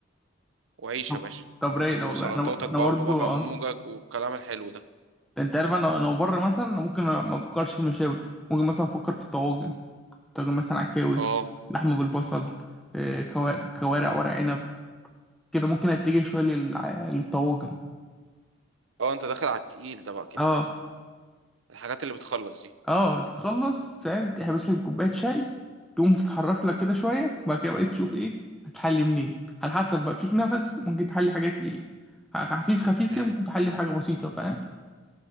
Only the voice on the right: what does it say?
وعيش
يا باشا
وسلطاتك
بقى
وبابا غنوجك
والكلام الحلو ده
اه
اه انت داخل على التقيل ده بقى كده
الحاجات اللي بتخلص دي
امم